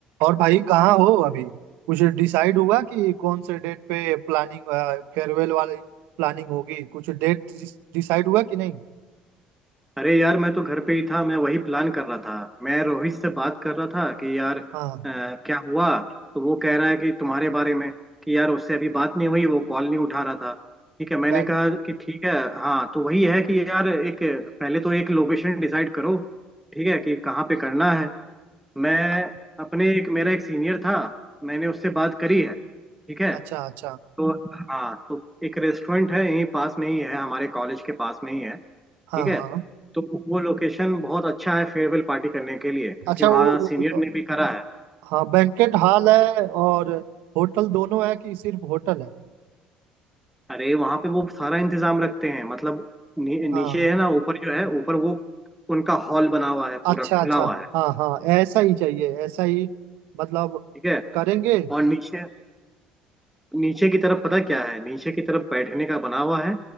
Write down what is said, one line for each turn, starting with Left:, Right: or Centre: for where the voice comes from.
Right: और भाई कहाँ हो अभी कुछ डिसाइड हुआ कि कौन से डेट पे प्लानिंग फेयरवेल वाली प्लानिंग होगी कुछ डेट डिसाइड हुआ कि नहीं
Centre: अरे यार मैं तो घर पे ही था मैं वही प्लान कर रहा था मैं रोहित से बात कर रहा था कि यार अ,
Right: हाँ
Centre: क्या हुआ तो वो कह रहा है कि तुम्हारे बारे में कि यार उससे अभी बात नहीं हुई वो कॉल नहीं उठा रहा था ठीक है मैंने
Right: यार,
Centre: कहा कि ठीक है हाँ तो वही है कि यार एक पहले तो एक लोकेशन डिसाइड करो ठीक है कि कहाँ पे करना है मैं
Right: अ-
Centre: अपने एक मेरा एक सीनियर था मैंने उससे बात करी है ठीक है
Right: अच्छा अच्छा
Centre: तो हाँ तो एक रेस्टोरेंट है यहीं पास में ही है हमारे कॉलेज के पास में ही है ठीक
Right: हाँ
Centre: है
Right: हाँ
Centre: तो वो लोकेशन बहुत अच्छा है फेयरवेल पार्टी करने के लिए क्योंकि
Right: अच्छा
Centre: वहाँ
Right: वो वो-
Centre: सीनियर
Right: वो-
Centre: ने भी करा है
Right: हाँ बैंकेट हॉल है और होटल दोनों है कि सिर्फ होटल है
Centre: अरे वहाँ पे वो सारा इंतजाम रखते हैं मतलब नी, नीचे
Right: हाँ हाँ।
Centre: है ना ऊपर जो है ऊपर वो उनका हॉल बना हुआ है
Right: अच्छा
Centre: पूरा खुला
Right: अच्छा
Centre: हुआ है
Right: हाँ हाँ ऐसा ही चाहिए ऐसा ही मतलब
Centre: ठीक है
Right: करेंगे
Centre: और नीचे नीचे की तरफ पता क्या है नीचे की तरफ बैठने का बना हुआ है